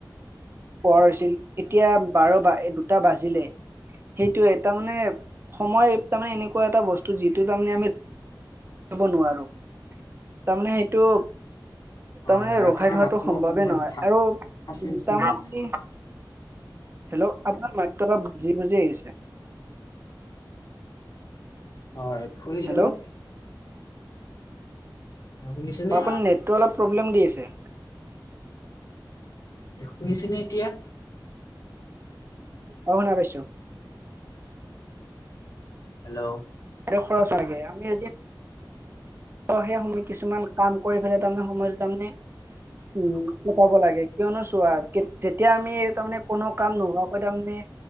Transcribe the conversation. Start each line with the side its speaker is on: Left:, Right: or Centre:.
Right: প হৈছিল এতিয়া বাৰ বা দুটা বাজিলে। সেইটোয়ে তাৰ মানে সময় তাৰমানে এনেকুৱা এটা বস্তু যিটো তাৰমানে আমি ব নোৱাৰো তাৰমানে সেইটো
Left: হয়
Right: তাৰমানে
Left: হয়
Right: ৰখাই
Left: আপোনাৰ
Right: থোৱাটো
Left: মাতটো
Right: সম্ভৱে
Left: অকনমান
Right: নহয়
Left: ফা
Right: আৰু উ
Left: ফাঁচি ফাঁচি
Right: তাৰমানে
Left: আহিছে
Right: হেল্ল' আপোনাৰ বুজি বুজি আহিছে।
Left: হয় শুনিছে
Right: হেল্ল'
Left: নে?
Right: অ
Left: শুনিছেনে
Right: অ' আপুনি নেট অলপ প্ৰব্লেম দি আছে।
Left: শুনিছনে এতিয়া?
Right: অ শুনা পাইছো
Left: হেল্ল'
Right: খৰচ লাগে। আমি যদি সেই সময় কিছুমান কাম কৰি পেলাই তাৰমানে সময়টো তাৰমানে উম কটাব লাগে। কিয়নো চোৱা, যেতিয়া আমি তাৰমানে কোনো কাম নোহোৱাকৈ তাৰমানে